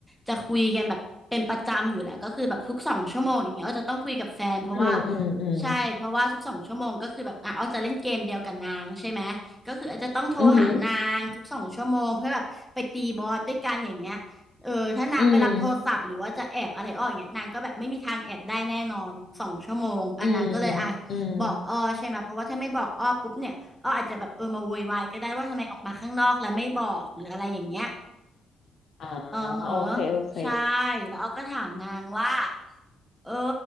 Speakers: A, in the centre; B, on the left.
A: จะคุยกันแบบเป็นประจำอยู่แล้วก็คือแบบทุกสองชั่วโมงอย่างเงี้ยอ้อจะต้องคุยกับแฟนเพราะว่า
B: อืมอืมอืม
A: ใช่เพราะว่าทุกสองชั่วโมงก็คือแบบอ่ะอ้อจะเล่นเกมเดียวกับนางใช่ไหมก็คืออาจจะต้องโทรหานางทุกสองชั่วโมงเพื่อแบบไปตีบอสด้วยกันอย่างเงี้ยเออถ้านางไปรับโทรศัพท์หรือว่าจะแอบอะไรอ้ออย่างเงี้ยนางก็แบบไม่มีทางแอบได้แน่นอนสองชั่วโมงอ่ะนางก็เลยอ่ะ
B: อือหืออืมอืมอืม
A: บอกอ้อใช่ไหมเพราะว่าถ้าไม่บอกอ้อปุ๊บเนี่ยอ้ออาจจะแบบเออมาโวยวายก็ได้ว่าทำไมออกมาข้างนอกแล้วไม่บอกหรืออะไรอย่างเงี้ย
B: อ่า
A: เออเหอะ
B: โอเคโอเค
A: ใช่แล้วอ้อก็ถามนางว่าเออ